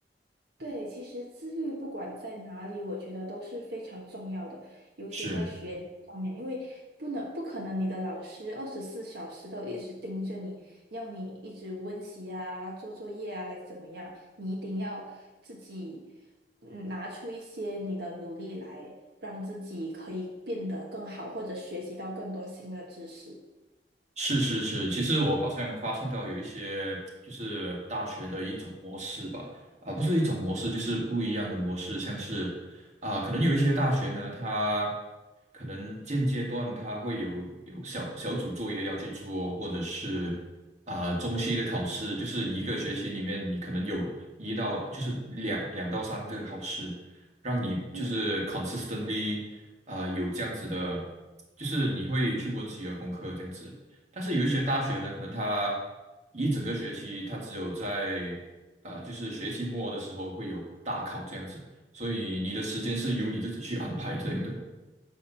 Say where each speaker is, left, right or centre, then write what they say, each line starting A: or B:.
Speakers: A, on the right; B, on the right.
A: 对，其实自律不管在哪里，我觉得都是非常重要的，尤其在学习方面，
B: 是。
A: 因为不能不可能你的老师二十四小时都一直盯着你，要你一直温习啊、做作业啊，还是怎么样，你一定要自己嗯拿出一些你的努力来，让自己可以变得更好，或者学习到更多新的知识。
B: 是是是，其实我好像发现到有一些就是大学的一种模式吧，啊，不是一种模式，就是不一样的模式，像是啊，可能有一些大学呢，它可能现阶段它会有有小小组作业要去做，或者是啊中期的考试，就是一个学期里面你可能有一到就是两两到三个考试，让你就是
A: 嗯。
B: consistently 啊有这样子的，就是你会去温习你的功课这样子。但是有一些大学呢，可能它一整个学期，它只有在呃，就是学期末的时候会有大考这样子，所以你的时间是由你自己去安排这样的